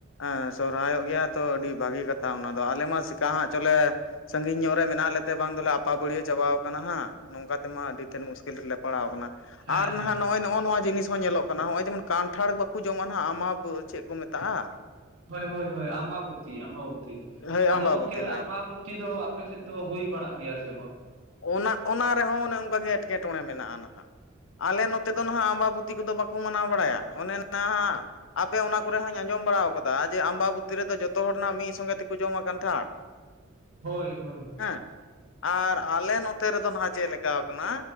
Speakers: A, on the left; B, on the right.
A: ᱮᱸ ᱥᱚᱨᱦᱟᱭᱚᱜ ᱜᱮᱭᱟ ᱛᱚ ᱟᱹᱰᱤ ᱵᱷᱟᱹᱜᱤ ᱠᱟᱛᱷᱟ ᱚᱱᱟ ᱫᱚ ᱾ ᱟᱞᱮ ᱢᱟ ᱪᱮᱠᱟ ᱦᱟᱜ ᱪᱚᱞᱮ ᱼᱼ ᱥᱟᱺᱜᱤᱧ ᱧᱚᱜ ᱨᱮ ᱢᱮᱱᱟᱜ ᱞᱮᱛᱮ ᱵᱟᱝ ᱫᱚᱞᱮ ᱟᱯᱟᱵᱟᱹᱲᱭᱟᱹ ᱪᱟᱵᱟᱣ ᱠᱟᱱᱟ ᱦᱟᱸᱜ? ᱱᱚᱝᱠᱟ ᱛᱮᱢᱟ ᱟᱹᱰᱤ ᱛᱮᱫ ᱢᱩᱥᱠᱤᱞ ᱨᱮᱞᱮ ᱯᱟᱲᱟᱣ ᱟᱠᱟᱱᱟ᱾
B: ᱦᱮᱸ
A: ᱟᱨ
B: ᱦᱮᱸ
A: ᱱᱟᱦᱟᱜ ᱱᱚᱜᱼᱚᱭ ᱱᱚᱜᱼᱚ ᱱᱚᱣᱟ ᱡᱤᱱᱤᱥ ᱦᱚᱸ ᱧᱮᱞᱚᱜ ᱠᱟᱱᱟᱼᱼ <unintelligible> ᱦᱚᱸᱜᱼᱚᱭ ᱡᱮᱢᱚᱱ ᱠᱟᱱᱴᱷᱟᱲ ᱵᱟᱠᱚ ᱡᱚᱢᱟ ᱱᱟᱦᱟᱜ ᱟᱢᱟ ᱪᱮᱫ ᱠᱚ ᱢᱮᱛᱟᱜᱼᱟ?
B: ᱦᱳᱭ ᱦᱳᱭ ᱦᱳᱭ ᱟᱢᱵᱟᱵᱚᱛᱤ ᱟᱢᱵᱟᱵᱚᱛᱤ
A: ᱦᱳᱭ
B: ᱟᱫᱚ
A: ᱟᱢᱵᱟᱵᱚᱛᱤ
B: ᱜᱚᱢᱠᱮ
A: ᱦᱳᱭ
B: ᱟᱢᱵᱟᱵᱚ ᱼᱼ ᱼᱛᱤ ᱫᱚ ᱟᱯᱮ ᱥᱮᱫ ᱫᱚ ᱦᱩᱭ ᱵᱟᱲᱟᱜ ᱜᱮᱭᱟ ᱥᱮ ᱵᱟᱝ?
A: ᱚᱱᱟ ᱚᱱᱟ ᱨᱮᱦᱚᱸ ᱚᱱᱮ ᱚᱱᱠᱟᱜᱮ ᱮᱴᱠᱮᱴᱚᱬᱮ ᱢᱮᱱᱟᱜᱼᱟ ᱱᱟᱦᱟᱜ ᱾ ᱟᱞᱮ ᱱᱚᱛᱮ ᱫᱚ ᱱᱟᱦᱟᱜ ᱟᱢᱵᱟᱵᱚᱛᱤ ᱠᱚᱫᱚ ᱵᱟᱠᱚ ᱢᱟᱱᱟᱣ ᱵᱟᱲᱟᱭᱟ ᱾ ᱚᱱᱮ ᱱᱟᱦᱟᱜᱼᱼ ᱟᱯᱮ ᱚᱱᱟ ᱠᱚᱨᱮ ᱦᱚᱸᱧ ᱟᱸᱡᱚᱢ ᱵᱟᱲᱟ ᱟᱠᱟᱫᱟ ᱡᱮ ᱟᱢᱵᱟᱵᱩᱛᱤ ᱨᱮᱫᱚ ᱡᱚᱛᱚ ᱦᱚᱲ ᱱᱟᱦᱟᱜ ᱢᱤᱫ ᱥᱚᱸᱜᱮ ᱛᱮᱠᱚ ᱡᱚᱢᱟ ᱠᱟᱱᱴᱷᱟᱲ ᱾ <inaudible>
B: ᱦᱳᱭ ᱦᱳᱭ ᱾
A: ᱟᱨ ᱟᱞᱮ ᱱᱚᱛᱮ ᱨᱮᱫᱚ ᱱᱟᱦᱟᱜ ᱪᱮᱫ ᱞᱮᱠᱟᱣ ᱠᱟᱱᱟ?